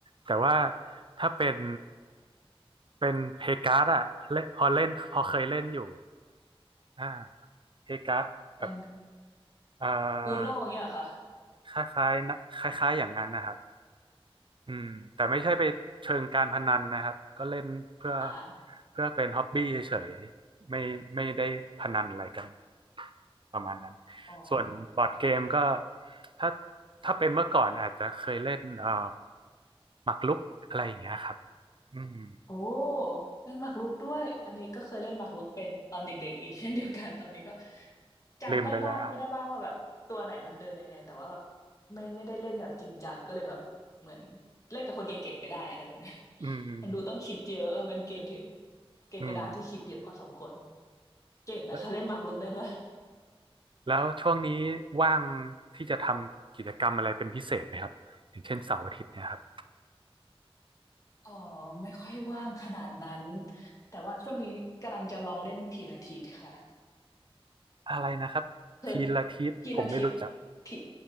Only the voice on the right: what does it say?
แต่ว่าถ้าเป็นเป็นเพการ์ดอะเล่นพอเล่นพอเคยเล่นอยู่อ่าเพการ์ดแบบ
เอ่อ
คล้ายๆนะคล้ายๆอย่างนั้นนะครับ อืมแต่ไม่ใช่ไปเชิงการพนันนะครับก็เล่นเพื่อ
เพื่อเป็นฮ็อบบี้เฉยๆไม่ไม่ได้พนันอะไรกันประมาณนั้น
ส่วนบอร์ดเกมก็ถ้าถ้าเป็นเมื่อก่อนอาจจะเคยเล่นเอ่อหมากรุกอะไรอย่างเงี้ยครับอืม
ลืมไปแล้ว
อืม
อืม
แล้วแล้วช่วงนี้ว่างที่จะทำกิจกรรมอะไรเป็นพิเศษไหมครับอย่างเช่นเสาร์อาทิตย์เนี่ยครับ
อะไรนะครับทีละทิศผมไม่รู้จัก